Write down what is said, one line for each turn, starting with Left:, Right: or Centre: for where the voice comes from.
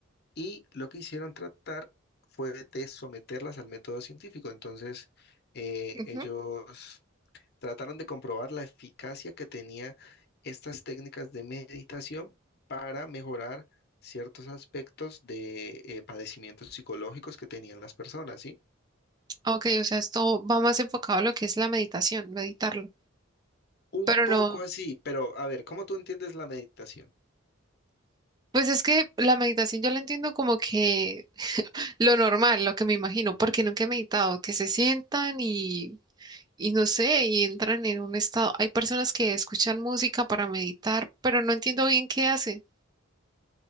Left: y lo que hicieron tratar fue de someterlas al método científico. Entonces, eh,
Right: Ujú.
Left: ellos trataron de comprobar la eficacia que tenía estas técnicas de meditación para mejorar ciertos aspectos de eh, padecimientos psicológicos que tenían las personas, ¿sí?
Right: Ok, o sea, esto va más enfocado a lo que es la meditación, meditarlo.
Left: Un
Right: Pero no,
Left: poco así, pero a ver, ¿cómo tú entiendes la meditación?
Right: pues es que la meditación yo la entiendo como que lo normal, lo que me imagino, porque nunca he meditado, que se sientan y y no sé, y entran en un estado. Hay personas que escuchan música para meditar, pero no entiendo bien qué hacen.